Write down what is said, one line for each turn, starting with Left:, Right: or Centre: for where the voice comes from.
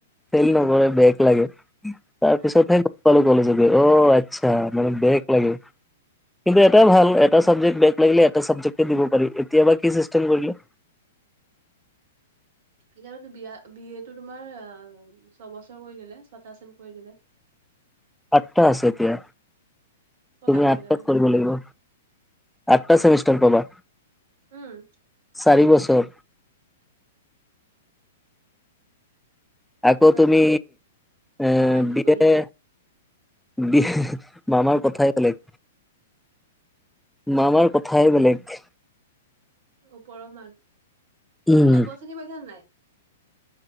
Centre: ফেইল নকৰে বেক লাগে, তাৰ
Right: উম,
Centre: পিছতহে গম পালো কলেজত গৈ, অ', আচ্ছা মানে বেক লাগে। কিন্তু এটাই ভাল, এটা চাবজেক্ট বেক লাগিলে, এটা চাবজেক্ট এ দিব পাৰি, এতিয়া বা কি চিষ্টেম কৰিলে।
Right: এতিয়াতো বিয়া বিএ তো তোমাৰ ছবছৰ কৰি দিলে, ছটা চেম কৰি দিলে।
Centre: আঠটা আছে এতিয়া,
Right: ছটা
Centre: তুমি
Right: কৰিলে
Centre: আঠটাত
Right: বোলে
Centre: কৰিব লাগিব। আঠটা ছেমিষ্টাৰ পাবা।
Right: উম।
Centre: চাৰি বছৰ। আকৌ
Right: নাজানো
Centre: তুমি
Right: আৰু
Centre: এ
Right: মামাই কি
Centre: বি
Right: কৰি থাকে
Centre: এ বি মামাৰ কথাই বেলেগ। মামাৰ কথাই বেলেগ বে
Right: ওপৰৰ মাল,
Centre: উম
Right: বাবু আচনি পাইছা নে নাই?